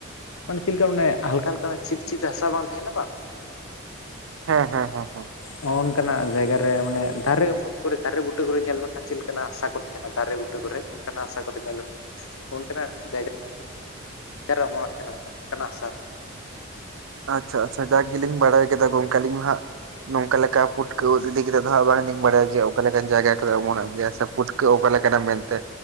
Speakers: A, on the left; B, on the right.
A: ᱢᱟᱱᱮ ᱪᱮᱫ ᱞᱮᱠᱟ ᱢᱟᱱᱮ ᱦᱟᱞᱠᱟ ᱦᱟᱠᱠᱟ ᱪᱤᱴᱪᱤᱴ ᱦᱟᱥᱟ ᱵᱟᱝ ᱛᱟᱦᱮᱱᱟ ᱵᱟᱝ
B: ᱦᱮᱸ ᱦᱮᱸ ᱦᱮᱸ ᱦᱮᱸ
A: ᱱᱚᱜ ᱱᱚᱱᱠᱟᱱᱟᱜ ᱡᱟᱭᱜᱟ ᱨᱮ ᱢᱟᱱᱮ ᱫᱟᱨᱮ ᱩᱢᱩᱞ ᱠᱚᱨᱮ ᱫᱟᱨᱮ ᱵᱩᱴᱟᱹ ᱠᱚᱨᱮ ᱧᱮᱞ ᱢᱮ᱾ ᱪᱮᱫ ᱞᱮᱠᱟᱱᱟᱜ ᱦᱟᱥᱟ ᱠᱚ ᱛᱟᱦᱮᱱᱟ ᱫᱟᱨᱮ ᱵᱩᱴᱟᱹ ᱠᱚᱨᱮ ᱚᱱᱠᱟᱱᱟᱜ ᱦᱟᱥᱟ ᱠᱚᱨᱮ ᱧᱮᱞ ᱞᱮ ᱚᱱᱠᱟᱱᱟᱜ ᱡᱟᱭᱜᱟ <unintelligible>
B: ᱟᱪᱪᱷᱟ ᱟᱪᱪᱷᱟ ᱡᱟᱠᱞᱤᱧ ᱵᱟᱲᱟᱭ ᱠᱮᱫᱟ ᱜᱚᱝᱠᱮ ᱟᱞᱤᱧ ᱢᱟ ᱦᱟᱸᱜ ᱱᱚᱝᱠᱟ ᱞᱮᱠᱟ ᱯᱩᱴᱠᱟᱹ ᱤᱫᱤ ᱠᱟᱛᱮ ᱫᱚ ᱦᱟᱜ ᱵᱟᱝ ᱤᱧ ᱵᱟᱲᱟᱭᱟ ᱡᱮ ᱚᱠᱟ ᱞᱮᱠᱟᱱ ᱡᱟᱭᱜᱟ ᱠᱚᱨᱮ ᱚᱢᱚᱱᱚᱜ ᱜᱮᱭᱟ ᱯᱷᱩᱴᱠᱟᱹ ᱚᱠᱟᱞᱮᱠᱟᱱᱟ ᱢᱮᱱᱛᱮ